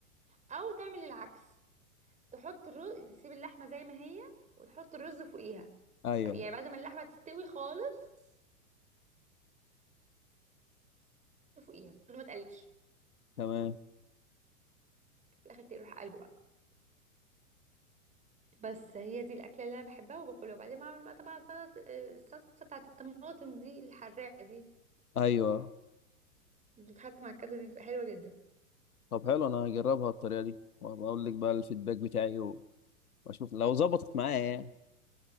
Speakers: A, on the right; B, on the left.
A: او تعمل العكس تحط الرز تسيب اللحمه زي ما هي وتحط الرز فوقيها
B: ايوه
A: يعني بعد ما اللحمه تستوي خالص فوقيها ما تقلبش
B: تمام
A: في الاخر تروح قلبه بس هي دي الاكله اللي انا بحبها وباكلها وبعدين بعمل بقى طبعا سلطه الصلصه بتاعت الطماطم دي الحراقه دي
B: ايوه
A: اللي بتتحط مع الكبسه دي بتبقى حلوه جدا
B: طب حلو انا هجربها الطريقه دي وبقول لك بقى الفيدباك بتاعي و- واشوف لو ظبطت معايا يعني